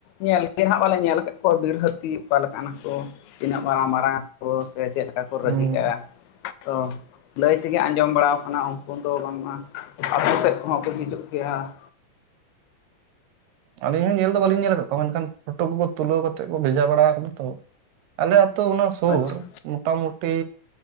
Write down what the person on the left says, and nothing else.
ᱧᱮᱞ ᱜᱮ ᱦᱟᱜ ᱵᱟᱞᱮ ᱧᱮᱞ ᱠᱟᱜ ᱠᱚᱣᱟ ᱵᱤᱨ ᱦᱟᱹᱛᱤ ᱚᱠᱟ ᱞᱮᱠᱟᱱᱟ ᱠᱚ ᱛᱤᱱᱟᱹᱜ ᱢᱟᱨᱟᱝ ᱢᱟᱨᱟᱝ ᱠᱚ ᱥᱮ ᱪᱮᱫ ᱞᱮᱠᱟ ᱠᱚ
ᱨᱟᱹᱜᱤᱜᱼᱟ ᱛᱚ ᱞᱟᱹᱭ ᱛᱮᱜᱮ ᱟᱸᱡᱚᱢ ᱵᱟᱲ ᱠᱟᱱᱟ ᱩᱱᱠᱩ ᱫᱚ ᱵᱟᱝ ᱢᱟ ᱟᱛᱚ ᱥᱮᱫ ᱠᱚᱦᱚᱸ ᱠᱚ ᱦᱤᱡᱩᱜ ᱜᱮᱭᱟ ᱾
ᱟᱪᱪᱷᱟ